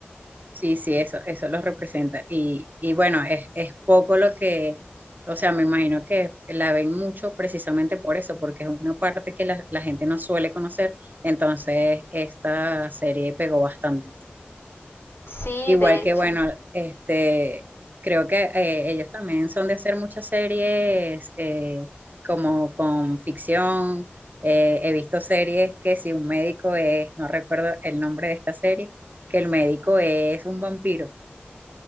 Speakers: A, on the right; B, on the left.
A: Sí, sí, eso, eso lo representa. Y, y bueno, es, es poco lo que, o sea, me imagino que la ven mucho precisamente por eso, porque es una parte que la, la gente no suele conocer, entonces esta serie pegó bastante.
B: Sí,
A: Igual
B: de
A: que,
B: hecho.
A: bueno, este, creo que eh, ellos también son de hacer muchas series eh, como con ficción. Eh, he visto series que si un médico es, no recuerdo el nombre de esta serie, que el médico es un vampiro.